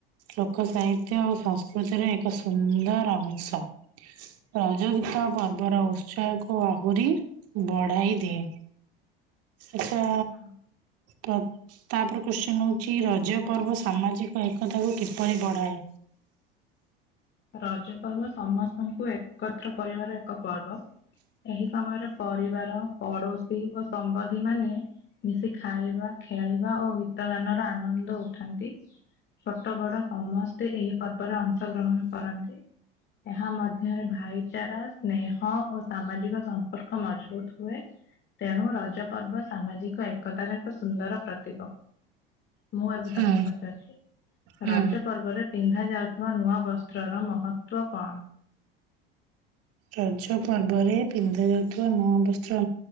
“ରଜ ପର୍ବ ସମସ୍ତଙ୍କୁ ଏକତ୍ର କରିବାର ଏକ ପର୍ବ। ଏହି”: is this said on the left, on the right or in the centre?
Left